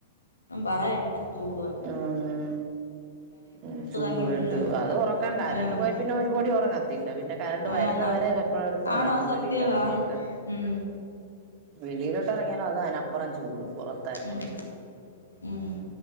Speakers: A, on the left; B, on the right.
A: ഒന്നും പറയണ്ട ചൂടുക <unintelligible>
B: ആഹ് ഉം ചൂടുവായിട്ട്
A: തങ്ങി നിന്ന്
B: അത് ഉറക്കാൻ കറണ്ട്
A: ആഹ്
B: പോയ പിന്ന ഒരുപടി ഒറങ്ങത്തില്ല പിന്നെ കരണ്ട്
A: ആന്ന്
B: വരുന്നവരെ വെപ്രാളം എടുത്ത്
A: ആന്ന്
B: നടക്കും
A: ആണ് അത് സത്യവാന്ന്
B: വെളിൽ എറങ്ങിയൊക്കെ
A: ഉം
B: വെളിയിലോട്ട് ഇറങ്ങിയാലോ അത് അതിനപ്പറം ചൂട് പൊറത്തായാലും
A: ഉം ഉം